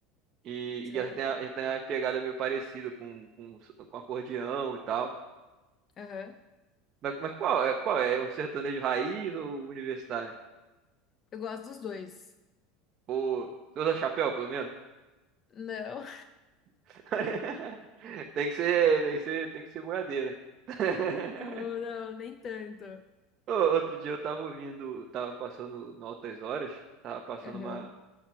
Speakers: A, on the right; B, on the left.
A: E,
B: sério?
A: e elas têm a, elas têm a pegada meio parecida com, com, com acordeão e tal.
B: Aham.
A: Mas, mas qual é? Qual é? É um sertanejo raiz ou universitário?
B: Eu gosto dos dois.
A: Ou... Você usa chapéu, pelo menos?
B: Não,
A: <laughs> Tem que ser, tem que ser, tem que ser boiadeira. <laughs>
B: <laughs> não, não, nem tanto.
A: Ô, Outro dia eu tava ouvindo, tava passando no Altas Horas, tava passando
B: Aham.
A: uma.